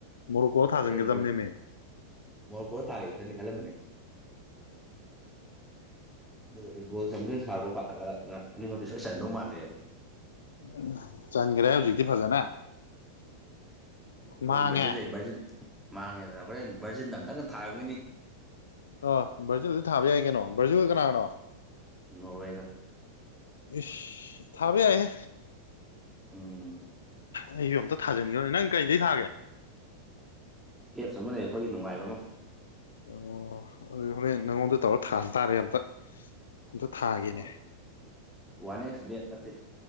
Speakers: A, on the left; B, in the centre.
A: ꯃꯣꯔꯣꯛꯀꯣ ꯊꯥꯖꯤꯟꯒꯗꯕꯅꯦꯃꯦ
B: ꯑꯣꯁꯤ ꯃ ꯀ ꯇꯥꯔꯤ ꯈꯅꯤ ꯈꯂꯦ ꯃꯅꯦ ꯑꯗꯨꯒꯗꯤ ꯒꯣꯜ ꯆꯟꯕꯗ ꯑꯣꯏꯅ ꯊꯥꯔꯨꯒ ꯄꯥꯈꯠꯂꯒ ꯑꯅꯤꯃꯛꯇꯤꯁꯨ ꯑꯩ ꯆꯅꯗꯧ ꯃꯥꯜꯂꯦ
A: ꯎꯝ ꯆꯟꯈ꯭ꯔꯦ ꯍꯧꯖꯤꯛꯇꯤ ꯐꯖꯅ
B: ꯑ
A: ꯃꯥꯡꯉꯦ
B: ꯍꯣꯏꯖꯦꯠ ꯂꯩꯠ ꯃꯥꯡꯉꯦꯗꯅ ꯍꯣꯔꯦꯟ ꯚꯔꯖꯤꯟꯗ ꯑꯝꯇꯪꯒ ꯊꯥꯔꯝꯒꯅꯤ
A: ꯑ ꯚꯥꯔꯖꯜꯗꯨꯗꯤ ꯊꯥꯕ ꯌꯥꯏ ꯀꯩꯅꯣ ꯚꯔꯖꯨꯜ ꯀꯅꯥ ꯀꯅꯣ
B: ꯅꯣꯔꯋꯦꯒ
A: ꯏ ꯊꯥꯕꯦ ꯌꯥꯍꯦ
B: ꯎꯝ
A: ꯑꯩꯁꯨ ꯑꯃꯝꯇ ꯊꯥꯖꯤꯟꯈꯤꯕꯣꯅꯦ ꯅꯪ ꯀꯩꯗꯩ ꯊꯥꯒꯦ
B: ꯑꯦꯞꯁ ꯑꯃ ꯂꯩ ꯑꯩꯈꯣꯏꯒꯤ ꯅꯨꯡꯉꯥꯏꯕ ꯑꯃ
A: ꯑꯣ ꯑꯗꯨ ꯍꯣꯔꯦꯟ ꯅꯪꯉꯣꯟꯗ ꯇꯧꯔ ꯊꯥꯇꯥꯥꯔꯦ ꯑꯝꯇ ꯑꯝꯇ ꯊꯥꯒꯦꯅꯦ
B: ꯍꯣꯏ ꯋꯥꯟ ꯑꯦꯛꯁ ꯕꯦꯠ ꯅꯠꯇꯦ